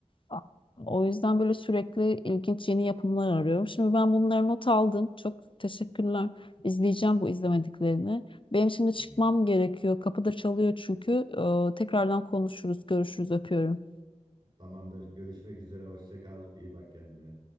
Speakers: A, on the left; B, on the right.
A: A- O yüzden böyle sürekli ilginç yeni yapımlar arıyorum. Şimdi ben bunları not aldım. Çok teşekkürler. İzleyeceğim bu izlemediklerini. Benim şimdi
B: Hı
A: çıkmam
B: hı.
A: gerekiyor. Kapıda çalıyor çünkü. Ee, tekrardan konuşuruz, görüşürüz, öpüyorum.
B: Tamamdır. Görüşmek üzere. Hoşça kal. İyi bak kendine.